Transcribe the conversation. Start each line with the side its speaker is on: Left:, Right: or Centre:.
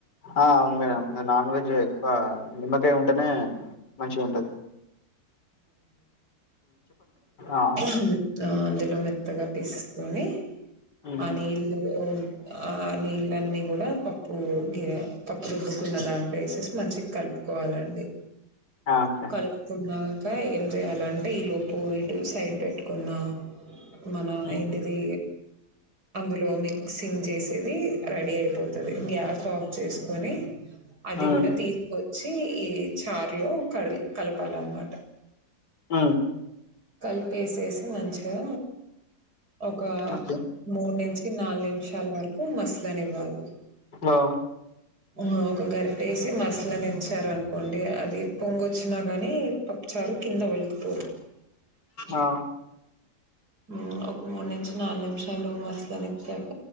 Left: ఆ అవును మేడం, నేను నాన్ వెజ్ ఎ క్కువ నిమ్మకాయ ఉంటేనే, మంచి ఉంటది. ఆ!
Right: ఉహు అ లో మెత్తగా పిసుకోని,
Left: హ్మ్.
Right: ఆ నీళ్ళు అ నీళ్ళు అన్నీ కూడా పప్పు గిర పప్పు, రుబ్బుకున్న దాంట్లో ఎసేసి, మంచిగా కలుపుకోవాలండి.
Left: ఆ! ఓకే.
Right: కలుపుకున్నాక, ఏం చేయాలంటే, ఈ లోపు ఇటు సైడ్ పెట్టుకున్నా. మన
Left: హ్మ్.
Right: ఏంటిది. అందులో మిక్సింగ్ చేసేది. రెడీ అయిపోతది. గ్యాస్ ఆఫ్ చేసుకొని, అది
Left: హ్మ్.
Right: కూడా తీసుకొచ్చి ఈ చార్ లో కడి కలపాలన్నమాట
Left: అ
Right: కలిపేసేసి మంచిగా. ఒక
Left: ఓకే.
Right: మూడు నుంచి నాలుగు నిమిషాల వరకు మసలనివ్వాలి.
Left: ఆ!
Right: హలో ఒక గరిటేసి, మసలనిచ్చారు అనుకోండి, అది పొంగొచ్చినా గాని పప్పు చార్ చార్ కింద ఒలికిపోదు.
Left: ఆ!
Right: మ్ ఒక్ మూడు నుంచి, నాలుగు నిమిషాలు మసలనిచ్చాక,